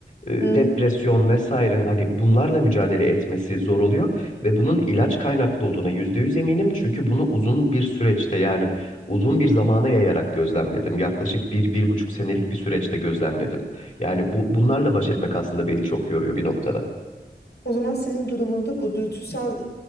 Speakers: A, on the left; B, on the left.
A: e,
B: hı
A: depresyon
B: hı.
A: vesaire hani bunlarla mücadele etmesi zor oluyor ve bunun ilaç kaynaklı olduğuna %100 eminim çünkü bunu uzun bir süreçte yani uzun bir zamana yayarak gözlemledim. Yaklaşık bir, bir buçuk senelik bir süreçte gözlemledim. Yani bu, bunlarla baş etmek aslında beni çok yoruyor bir noktada.
B: O zaman senin durumunda bu dürtüsel